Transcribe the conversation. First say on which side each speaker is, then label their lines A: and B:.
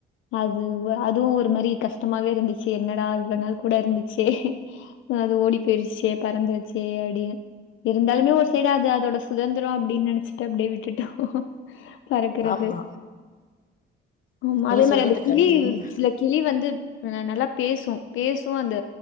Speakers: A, on the left; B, on the left.
A: அதுவ அதுவு ஒரு மாரி கஷ்டமாவே இருந்துச்சு என்னடா இவ்ளோ நாள் கூட இருந்துச்சே அது ஓடி போயிருச்சே பறந்துருச்சே அப்டின்னு இருந்தாலுமே ஒரு சைடு அது அதோட சுதந்திரோ அப்டின்னு நெனைச்சிட்டு அப்டியே விட்டுட்டோ பறக்கறது
B: ஆமா
A: ஆமா
B: நீங்க
A: அதே மாரி
B: சொல்றது
A: அந்த கிளி
B: கண்
A: இருஞ்சில
B: உண்ம
A: கிளி வந்து நல்லா பேசு பேசும் அந்த